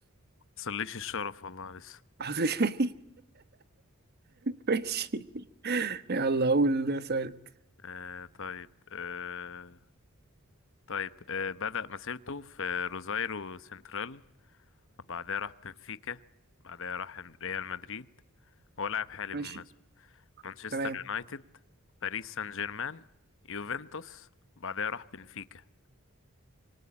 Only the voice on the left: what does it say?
مصليش الشرف والله لسه
آه طيب آه طيب آه بدأ مسيرته في روزايرو سنترال بعدها راح بنفيكا بعدها راح ريال مدريد هو لاعب حالي
بالمناسبة مانشستر
يونايتد باريس سان جيرمان يوفنتوس بعدها راح بنفيكا